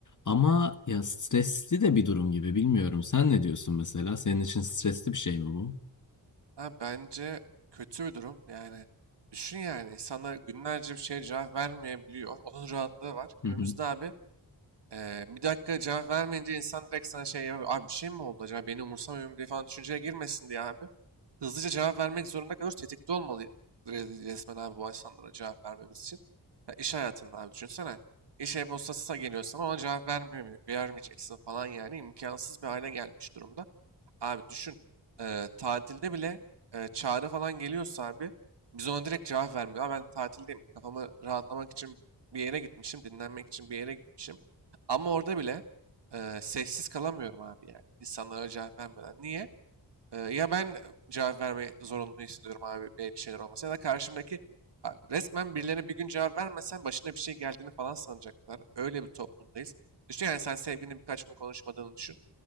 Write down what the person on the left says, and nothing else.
Ama ya stresli de bir durum gibi bilmiyorum. Sen ne diyorsun mesela? Senin için stresli bir şey mi bu?
Hı hı.